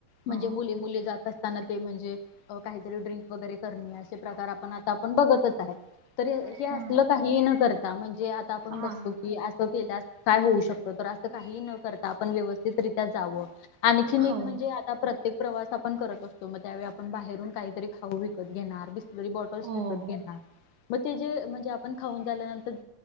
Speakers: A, on the right (about 65°); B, on the left (about 75°).
A: हां
B: म्हणजे मुले मुले जात असताना ते म्हणजे काहीतरी ड्रिंक वगैरे कर असे प्रकार आपण आता आपण बघतच आहे. तर
A: हां
B: हे असलं काहीही न करता म्हणजे आता आपण
A: हां
B: बघतो की, अस केल्यास काय होऊ शकत तर असं काही न करता आपण व्यवस्थित रित्या जावं. आणखीन एक
A: हो
B: म्हणजे आणि प्रत्येक प्रवास आपण करत असतो मग त्यावेळी आपण बाहेरून काहीतरी खाऊ विकत घेणार? जरी बॉटल्स
A: हो
B: विकत घेणार मग ते जे म्हणजे आपण खाऊन झाल्यानंतर